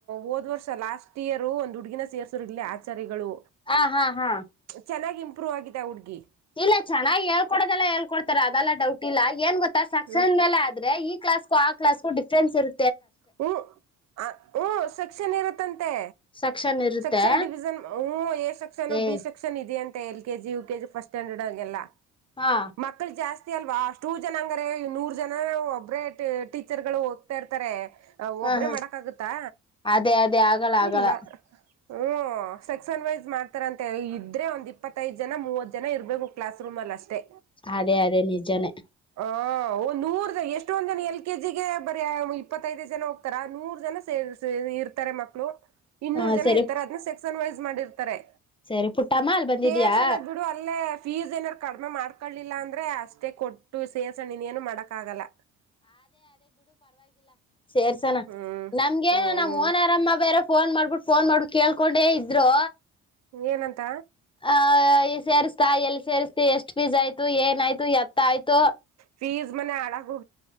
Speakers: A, on the right; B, on the left.
A: ವೊದ್ ವರ್ಷ ಲಾಸ್ಟ್ ಇಯರ್ ಒಂದ್ ಹುಡುಗಿನ. ಸೇರ್ಸುರು ಇಲ್ಲಿ ಆಚಾರಿಗಳು.
B: ಹಾ ಹಾ ಹಾ
A: ಚೆನ್ನಾಗಿ ಇಂಪ್ರೂವ್ ಆಗಿದೆ ಅ ಹುಡುಗಿ.
B: ಇಲ್ಲ ಚೆನ್ನಾಗಿ ಹೇಳ್ಕೊಡೋದೆಲ್ಲ ಹೇಳ್ಕೊಡ್ತಾರೆ ಅದೆಲ್ಲಾ ಡೌಟ್ ಇಲ್ಲ ಏನ್ ಗೊತ್ತಾ ಸಕ್ಷನ್
A: ಹ್ಮ್
B: ಮೇಲೆ ಆದ್ರೆ ಈ ಕ್ಲಾಸ್ಗು ಆ ಕ್ಲಾಸ್ಗು ಡಿಫರೆನ್ಸ್ ಇರು
A: ಹ್ಮ ಅ ಊ ಸೆಕ್ಷನ್ ಇರುತ್ತಂತೆ.
B: ಸೆಕ್ಷನ್ ಇರುತ್ತೆ
A: ಸೆಕ್ಷನ್ ಡಿವಿಜನ್ ಉ ಎ ಸೆಕ್ಷನ್
B: ಏ
A: ಬಿ ಸೆಕ್ಷನ್ ಇದೆಯಂತ L KG U KG first standard ಆಂಗೆಲ್ಲ
B: ಹಾ
A: ಮಕ್ಕಳು ಜಾಸ್ತಿ. ಅಲ್ವಾ ಅಷ್ಟು ಜನ ಅಂಗರೆ ನೂರ್ ಜನ ಒಬ್ಬ್ರೇ ಟೀಚರ್ ಗಳು ಹೋಗ್ತಾ ಇರ್ತಾರೆ.
B: ಹ
A: ಒಬ್ರೇ
B: ಹ
A: ಮಾಡಕ ಆಗತ್ತಾ
B: ಅದೇ ಅದೇ ಆಗಲ್ಲ ಆಗಲ್ಲ
A: ಇಲ್ಲ ಹ್ಮ. ಸೆಕ್ಷನ್ ವೈಸ್ ಮಾಡ್ತಾರಂತೆ ಇದ್ರೆ ಒಂದ ಇಪ್ಪತ್ತೈದ್ ಜನ ಮೂವತ್ ಜನ ಇರಬೇಕು ಕ್ಲಾಸ್ ರೂಮ್ ಅಲ್ಲಿ ಅಷ್ಟೇ.
B: ಅದೇ ಅದೇ ನಿಜಾನೇ.
A: ಹ ಒ ನೂರ ಎಷ್ಟೊಂದ್ ಜನ ಎಲ್ ಕೆ ಜಿಗೆ ಬರೆ ಇಪ್ಪತ್ <unintelligible> ದೇ ಜನ ಹೋಗ್ತಾರ ನೂರು ಜನ ಸೇ ಇರ್ತಾರೆ ಮಕ್ಕಳು ಇನ್ನೂರು
B: ಹ
A: ಜನ
B: ಸರಿ
A: ಇರ್ತಾರೆ ಅದನ್ನ ಸೆಕ್ಸನ್ ವೈಸ್. ಮಾಡಿರ್ತಾರೆ
B: ಸರಿ ಪುಟ್ಟಮ್ಮ ಅಲ್ಲಿ ಬಂದಿದ್ಯಾ
A: ಸೇರ್ಸಣ ಬಿಡು ಅಲ್ಲೇ. ಫೀಸ್ ಏನಾದಾರು ಕಡಿಮೆ ಮಾಡ್ಕೊಳ್ಳೀಲ್ಲ ಅಂದ್ರೆ ಅಷ್ಟೇ ಕೊಟ್ಟು ಸೇರ್ಸಣ ಇನ್ ಏನು ಮಾಡಕ್ ಆಗಲ್ಲ.
B: ಸೇರ್ಸಣ
A: ಹ್ಮ್
B: ನಮ್ಗೇನ
A: ಹ್ಮ್
B: ನಮ್ ಓನರಮ್ಮ ಬೇರೆ. ಫೋನ್ ಮಾಡ್ಬಿಟ್ಟು ಫೋನ್ ಮಾಡ್ಬಿಟ್ಟು ಕೇಳ್ಕೊಂಡೆ ಇದ್ರು.
A: ಏನಂತ
B: ಆ ಸೇರಿಸ್ತಾ ಎಲ್ಲಿ ಸೇರುಸ್ತೆ ಎಷ್ಟ್ ಪೀಸ್ ಆಯ್ತು ಏನ್ ಆಯ್ತು ಎತ್ತ ಆಯ್ತು.
A: ಫೀಸ್ ಮನೆ ಹಾಳಾಗ್ ಹೋ